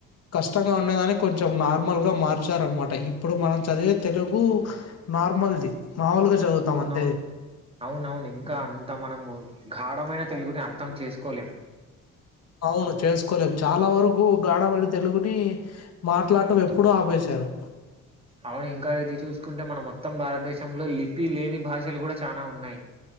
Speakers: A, on the left; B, on the right.
A: కష్టంగా ఉండదని కొంచెం నార్మల్గా మార్చారన్నమాట ఇప్పుడు మనం చదివే తెలుగు నార్మల్ది మాములుగా చదువుతామని
B: అవును, అవునవును ఇంకా అంతా మనము ఘఢమైన తెలుగుని అర్థం చేసుకోలేం.
A: అవును చేసుకోలేము. చాలా వరకు గాడమైన తెలుగుని మాట్లాడటం ఎప్పుడో ఆపేశారు.
B: అవును ఇంకా ఇది చూసుకుంటే మన మొత్తం భారతదేశంలో లిపి లేని భాషలు కూడా చనా ఉన్నాయి.